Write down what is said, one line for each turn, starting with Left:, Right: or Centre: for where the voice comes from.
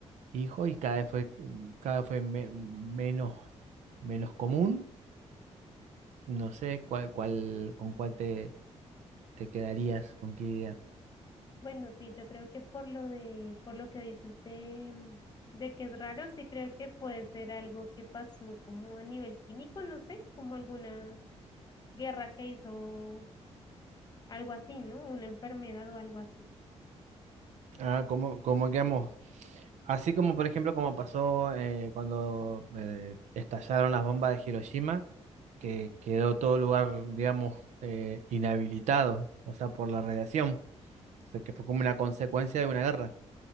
Right: hijos y cada vez fue, cada vez fue me- menos, menos común. No sé cuál, cuál, con cuál te, te quedarías, con qué idea.
Left: Bueno, sí, yo creo que por lo de, por lo que dices de, mm, de que es raro, sí creo que puede ser algo que pasó como a nivel químico, no sé, como alguna guerra que hizo algo así, ¿no? Una enfermedad o algo así.
Right: Ah, como como quedamos? Así como, por ejemplo, como pasó eh, cuando eh, estallaron las bombas de Hiroshima, que quedó todo lugar, digamos, eh, inhabilitado, o sea, por la radiación. O sea, que fue como una consecuencia de una guerra.